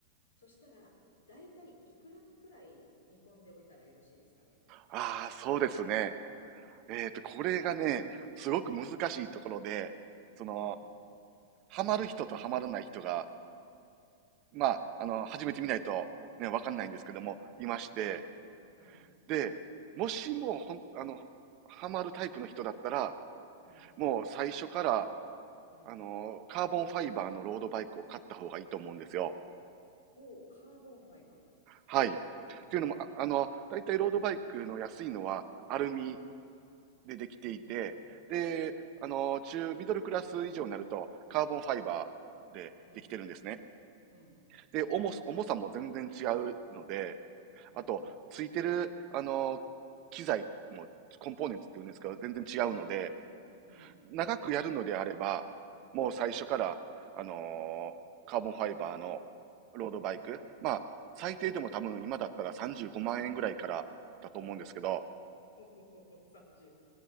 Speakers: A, on the left; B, on the right.
A: そしたら、大体いくらくらい見込んでおいたらよろしいですかね。
B: ああ、そうですね。えっと、これがね、すごく難しいところで、その、
A: うん。
B: ハマる人とハマらない人が、まあ、
A: ああ、
B: あの、始めてみないとね、わかんないんですけども、
A: うん、
B: いまして、
A: うん、うん、
B: で、もしも、ほん、あの、ハマるタイプの人だったら、
A: うん、
B: もう最初から、
A: うん。
B: あの、カーボンファイバーのロードバイクを買った方がいいと思うんですよ。
A: おお、カーボンファイバ
B: はい。というのも、ああの、だいたいロードバイクの安いのはアルミ
A: ー。うん、
B: でできていて、
A: うん、
B: で、あの、中、ミドルクラス以上になるとカーボンファイバーでできてるんですね。
A: うん、うん、
B: で、重す、重さも全然違うので、
A: うん、
B: あと、ついてる、あの、機材もコンポーネンツっていうんですけど、
A: うん、
B: 全然違うので、
A: うん、うん、
B: 長くやるのであれば、
A: うん。
B: もう最初から、あのーカーボンファイバーのロードバイク、
A: うん
B: まあ、最低でも多分今だったら35万円ぐらいからだと思うんですけど、
A: お <laughs> 30